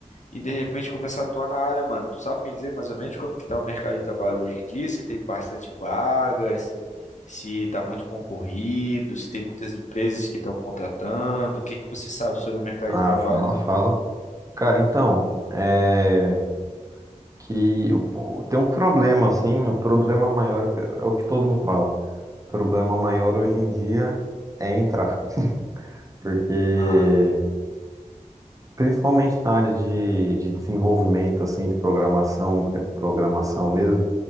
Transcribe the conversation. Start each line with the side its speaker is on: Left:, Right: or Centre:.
Left: e de repente começar a atuar na área, mano. Tu sabe me dizer mais ou menos como que tá o mercado de trabalho hoje em dia, se tem bastante vagas, se tá muito concorrido, se tem muitas empresas que estão contratando, o que que você sabe sobre o mercado
Right: Ah,
Left: de trabalho?
Right: fala, fala. Cara, então, é que eu- pô, tem um problema, assim, o problema maior que- é o que todo mundo fala. O problema maior hoje em dia é entrar, porque
Left: Ah,
Right: Principalmente na área de, de desenvolvimento, assim, de programação, que é programação mesmo,